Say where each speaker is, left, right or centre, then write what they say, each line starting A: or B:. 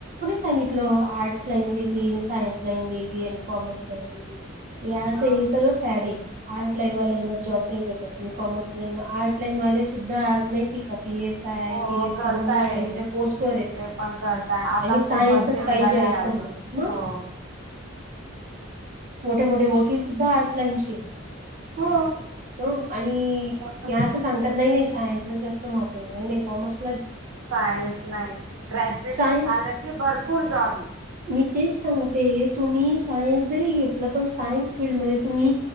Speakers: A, on the right; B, on the right.
A: सांगीतल आर्टस लाईन वेगळी आणि सायन्स लाईन वेगळी आणि काॉमर्स लाईन वेगळी. या अस
B: अ
A: हे सगळं फॅड आहे. आर्ट लाईन वाल्यांना जॉब नाही भेटत नाही, कॉमर्स लाईन आर्ट लाईन वाले सुद्धा आज माहीतीय का? P S I I
B: हो
A: P एस
B: करताय,
A: चांगल्या मोठ्या मोठ्या पोस्ट वर आहेत
B: ते पण करताय, आता
A: आणि सायन्सच
B: खूप भरती
A: पाहिजे
B: निघाली.
A: असं
B: हो. आजून
A: म्हणतात मग
B: हो.
A: मोठे-मोठे वकील सुद्धा आर्ट लाईनचे आहेत.
B: हो
A: हो आणि
B: करतात
A: या असं
B: ना
A: सांगतात नाही-नाही सायन्स जास्त महत्व आहे, नाही नाही कॉमर्स
B: सायन्स नाही ग्रॅज्युएशन
A: सायन्स
B: झालं की भरपूर जॉब आहेत.
A: मी तेच सांगतेय, तुम्ही सायन्स जरी घेतलं तर सायन्स फिल्ड मधे तुम्ही